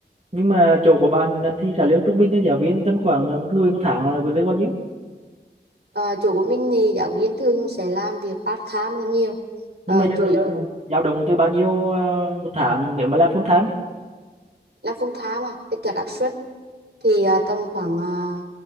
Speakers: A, on the right; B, on the right.
A: nhưng mà chỗ của bạn là thì trả lương trung bình cho giáo viên tầm khoảng ờ, một người một tháng là với lương bao nhiêu
B: Ờ, chủ của mình thì giáo viên thường sẽ làm việc part time là nhiều Ờ,
A: nhưng mà dao
B: chủ
A: động
B: yếu
A: dao động từ bao nhiêu ờ, một tháng nếu mà làm full time ấy.
B: là full time mà tất cả các suất thì à, tầm khoảng uh,